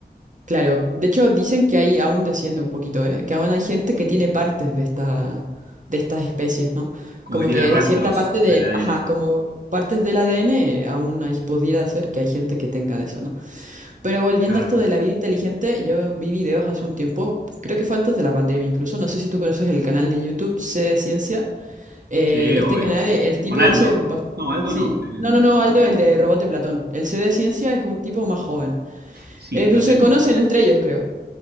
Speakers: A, on the right (about 45°); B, on the right (about 65°).
A: Claro, de hecho dicen que ahí aún desciende un poquito, ¿eh? Que aún hay gente que tiene partes de esta, de estas especies, ¿no?
B: Como
A: Como
B: que tiene
A: que
B: rastros
A: cierta parte de,
B: en el ADN.
A: ajá, como partes del ADN, eh, aún ahí pudiera ser que hay gente que tenga de eso, ¿no? Pero volviendo
B: Claro.
A: a esto de la vida inteligente, yo vi videos hace un tiempo, creo que fue antes de la pandemia incluso, no sé si tú conoces el canal de YouTube C de Ciencia, Eh,
B: Sí,
A: este
B: obvio.
A: canal, eh, el tipo
B: Con Aldo.
A: hace... bas-
B: No, Aldo
A: Sí,
B: no. em,
A: no, no, no,
B: el
A: Aldo,
B: pibe
A: el
B: este.
A: de Robot de Platón. El C de Ciencia es un tipo más joven.
B: Sí,
A: Eh,
B: lo
A: pues
B: tengo.
A: se conocen entre ellos, creo.